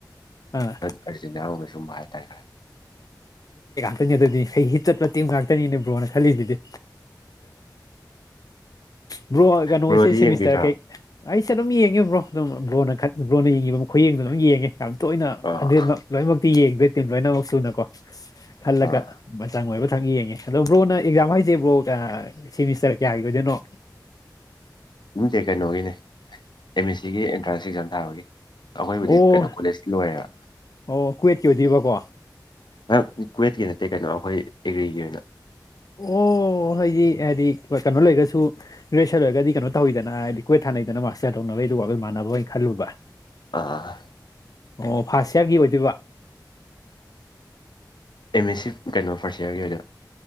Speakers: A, on the left; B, on the left.
A: ꯑꯥ
B: ꯐꯣꯀꯁꯤ ꯁꯨꯝ ꯍꯥꯏ ꯇꯥꯏꯈꯔꯦ
A: ꯇꯠꯇꯅꯤ ꯑꯗꯨꯗꯤ ꯍꯩ ꯍꯤ ꯆꯠꯂꯠꯇꯦꯛ ꯉꯥꯛꯇꯅꯤꯅꯦ ꯕ꯭ꯔꯣꯅ ꯈꯜꯂꯤꯁꯤꯗꯤ ꯕ꯭ꯔꯣ ꯀꯩꯅꯣꯁꯦ
B: ꯕ꯭ꯔꯣꯗꯤ
A: ꯁꯦꯃꯤꯁꯇꯔ
B: ꯌꯦꯡꯕꯤꯗ꯭ꯔꯣ
A: ꯀꯩ ꯑꯩꯁꯦ ꯑꯗꯨꯝ ꯌꯦꯡꯉꯦꯕꯣ ꯑꯗꯨꯝꯕ꯭ꯔꯣꯅ ꯕ꯭ꯔꯣꯅ ꯌꯦꯡꯉꯕ ꯃꯈ ꯈꯨꯌꯦꯡꯗꯨꯣ ꯑꯗꯨꯝ ꯌꯦꯡꯉꯦ ꯇꯣꯏꯅ
B: ꯑꯥ
A: ꯍꯟꯗꯦꯠꯃꯛ ꯂꯣꯏꯅꯃꯛꯇꯤ ꯌꯦꯡꯗ꯭ꯔꯦ ꯇꯤꯝ ꯂꯣꯏꯅꯃꯛ ꯁꯨꯅꯀꯣ ꯈꯜꯂꯒ
B: ꯑꯥ
A: ꯃꯆꯪ ꯑꯣꯏꯕ ꯃꯈꯤꯊ ꯌꯦꯡꯉꯦ ꯑꯗꯣ ꯕ꯭ꯔꯣꯅ ꯑꯦꯛꯖꯥꯝ ꯍꯥꯏꯁꯦ ꯕ꯭ꯔꯣ ꯁꯦꯃꯤꯁꯇꯔ ꯀꯌꯥꯒꯤ ꯑꯣꯏꯗꯣꯏꯅꯣ
B: ꯑꯗꯨꯝꯗꯤ ꯀꯩꯅꯣꯒꯤꯅꯦ ꯑꯦꯝ ꯑꯦꯁ ꯁꯤꯒꯤ ꯑꯦꯟꯇ꯭ꯔꯥꯟꯁ ꯑꯦꯛꯖꯥꯝ ꯊꯥꯕꯒꯤ ꯑꯩꯈꯣꯏꯕꯨꯗꯤ
A: ꯑꯣ
B: ꯀꯩꯅꯣ ꯀꯣꯂꯦꯖ ꯂꯣꯏꯔꯦꯕ
A: ꯑꯣ ꯀꯨꯋꯦꯠꯀꯤ ꯑꯣꯏꯗꯣꯏꯔꯤꯕꯀꯣ
B: ꯅꯪ ꯀꯒꯋꯦꯠꯀꯤ ꯅꯠꯇꯦ ꯀꯩꯅꯣ ꯑꯩꯈꯣꯏ ꯑꯦꯒ꯭ꯔꯤꯒꯤ ꯑꯣꯏꯅ
A: ꯑꯣ ꯍꯥꯏꯗꯤ ꯍꯥꯏꯗꯤ ꯀꯩꯅꯣ ꯂꯩꯔꯒꯁꯨ ꯒ꯭ꯔꯦꯁꯔ ꯑꯣꯏꯔꯒꯗꯤ ꯀꯩꯅꯣ ꯇꯧꯋꯤꯗꯅ ꯍꯥꯏꯗꯤ ꯀꯣꯏ ꯁꯥꯟꯅꯩꯗꯅ ꯃꯥꯁꯇꯌꯥ ꯇꯧꯅꯕꯩ ꯑꯗꯨꯒ ꯑꯩꯈꯣꯏ ꯃꯥꯟꯅꯕ ꯑꯣꯏꯅ ꯈꯜꯂꯨꯕ
B: ꯑꯥ
A: ꯑꯣ ꯐꯥꯔꯁ ꯏꯌꯥꯔꯒꯤ ꯑꯣꯏꯗꯣꯏꯕ
B: ꯑꯦꯝ ꯑꯦꯁ ꯁꯤ ꯀꯩꯅꯣ ꯐꯥꯔꯁ ꯌꯔꯒꯤ ꯑꯣꯏꯅ